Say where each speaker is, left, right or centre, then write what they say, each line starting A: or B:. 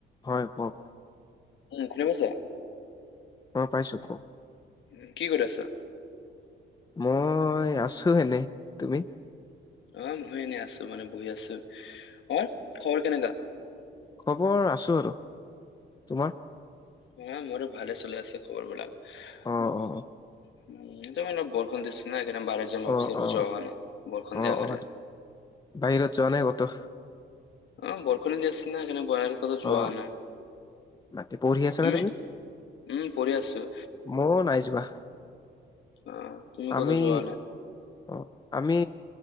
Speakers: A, on the left (about 20°); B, on the left (about 70°).
A: হয় ক'ক?
B: উ খুনি পাইছা?
A: অ পাইছো, ক'ক।
B: উ কি কৰি আছা?
A: মই আছো এনে, তুমি?
B: অ মই এনে আছো মানে বহি আছো, অ খবৰ কেনেকা?
A: খবৰ আছো আৰু, তোমাৰ?
B: উ মোৰো ভালে চলে আছে খবৰ বিলাক।
A: অ
B: উম সেইটো
A: অ
B: মানে বৰষূণ দিছে ন সেইকাৰণে বাহিৰত যাম ভাবিছিলোঁ
A: অ অ
B: যোৱা হোৱা নাই, বৰষূণ
A: অ
B: দিয়া
A: অ অ
B: কাৰণে।
A: বাহিৰত যোৱা নাই কতো?
B: অ বৰষুণ দি আছিল ন, সেইকাৰণে <unintelligible> কতো যোৱা
A: অ
B: নাই,
A: বাকী পঢ়ি আছা
B: তুমি?
A: নে
B: উম পঢ়ি আছো।
A: মইয় নাই যোৱা,
B: অ', তুমি ক'তো
A: আমি
B: যোৱা হোৱা নাই?
A: অ' আমি